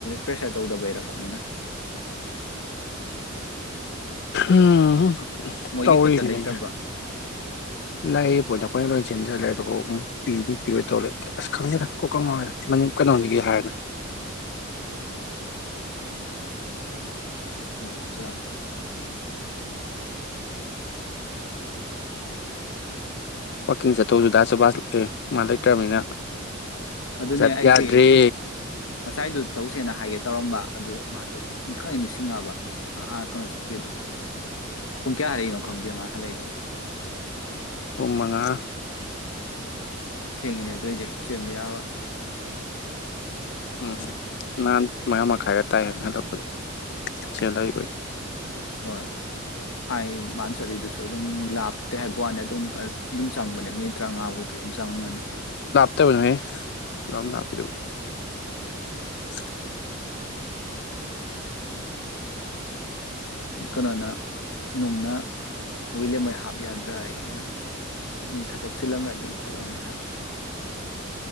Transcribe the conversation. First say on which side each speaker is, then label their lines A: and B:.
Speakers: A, on the left; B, on the left.
A: ꯄ꯭ꯔꯦꯁꯔ ꯇꯧꯗꯕ ꯍꯩꯔꯕꯅꯤ ꯑꯅ
B: ꯎꯝ
A: ꯃꯣꯏꯒꯤ
B: ꯇꯧꯔꯤꯅꯤꯅ
A: ꯈꯨꯠꯇ ꯂꯩꯇꯕ꯭ꯔꯣ
B: ꯑꯩꯅ ꯂ ꯄꯣꯗ ꯑꯩꯈꯣꯏ ꯆꯦꯟꯁꯤꯜꯂꯦ ꯑꯗꯨꯒꯕꯨ ꯑꯃꯨꯛ ꯄꯤꯗꯤ ꯄꯤꯔꯣꯏ ꯇꯧꯔꯦ ꯑꯁ ꯈꯪꯉꯦꯗ ꯀꯣꯪꯅꯗ ꯀꯩꯅꯣꯅꯤꯒꯤ ꯍꯥꯏꯔꯅ
A: ꯄꯦꯟꯂꯕ ꯖꯥꯠꯅꯤ <unintelligible>
B: ꯋꯥꯛꯀꯤꯡ ꯆꯠꯇꯧꯁꯨ ꯗꯥꯁꯨꯕꯁ ꯃꯥ ꯂꯩꯇ꯭ꯔꯝꯅꯤꯅ
A: ꯑꯗꯨꯅꯦ
B: ꯆꯠ
A: ꯑꯩꯁꯦ
B: ꯌꯥꯗꯔ꯭ꯦ
A: ꯉꯁꯥꯏꯗꯨ ꯆꯧꯁꯦꯅ ꯍꯥꯏꯒꯦ ꯇꯧꯔꯝꯕ ꯑꯗꯨꯒ ꯃꯥꯁꯨ ꯈꯛ ꯅꯤꯡꯁꯤꯡꯉꯛꯑꯕ ꯑꯥ ꯀꯩꯅꯣ ꯆꯠꯈꯤꯗꯣ ꯄꯨꯡ ꯀꯌꯥ ꯍꯜꯔꯛꯏꯅꯣ ꯈꯪꯗꯦ ꯃꯥ ꯍꯜꯂꯛꯏꯗꯣ
B: ꯄꯨꯡ ꯃꯉꯥ
A: ꯊꯦꯡꯉꯤꯅꯦ ꯑꯗꯨꯏꯗꯤ ꯆꯦꯟꯕ ꯌꯥꯔꯣꯏ
B: ꯎꯝ ꯅꯍꯥꯟ ꯃꯉꯥ ꯃꯈꯥꯏꯒ ꯇꯥꯏ ꯍꯥꯏꯅ ꯍꯂꯛꯄꯗꯤ ꯆꯦꯜꯂꯕꯩ
A: ꯍꯣꯏ ꯑꯩ ꯃꯥꯥꯟ ꯆꯠꯂꯤꯗꯨꯁꯨ ꯑꯗꯨꯝ ꯂꯥꯞꯇꯦ ꯍꯥꯏꯕ ꯋꯥꯅꯤ ꯑꯗꯨꯝ ꯑꯗꯨꯝ ꯆꯪꯕꯅꯦ ꯃꯤ ꯇꯔꯥꯉꯥꯐꯥꯎ ꯃꯨꯛꯇꯤ ꯆꯪꯉꯝꯒꯅꯤ
B: ꯆꯠꯇꯕꯅꯣꯍꯦ ꯂꯑꯝ ꯊ ꯍꯥꯄꯤꯗꯕ <unintelligible> <inaudible>
A: ꯀꯩꯅꯣꯅ ꯅꯨꯡꯅ ꯋꯤꯂꯦꯝꯍꯣꯏ ꯍꯥꯞ ꯌꯥꯗ꯭ꯔꯥ ꯑꯩꯅ ꯃꯤ ꯊꯕꯛ ꯆꯤꯜꯂꯝꯒꯅꯤ ꯈꯣꯠꯂꯒꯅꯤ ꯍꯥꯏꯕ